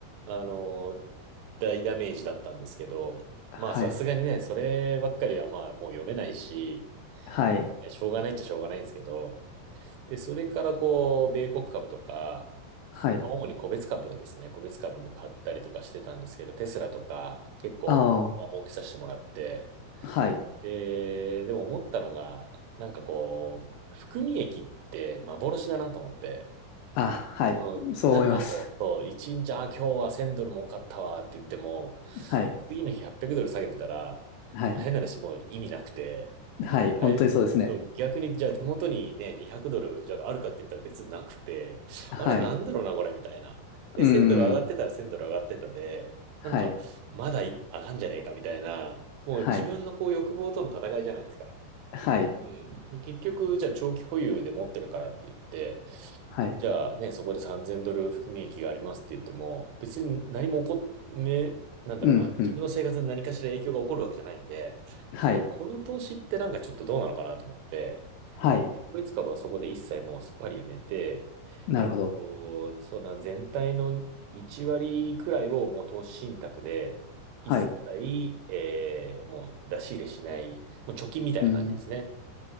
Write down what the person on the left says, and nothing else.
はい。
はい。
はい。
ああ。
はい。
あ、はい。
そう思います。
はい。
はい。
はい。本当にそうですね。
はい。
うー
ん。はい。
はい。はい。
はい。
うん。うん。
はい。
はい。
なるほど。
はい。
うん。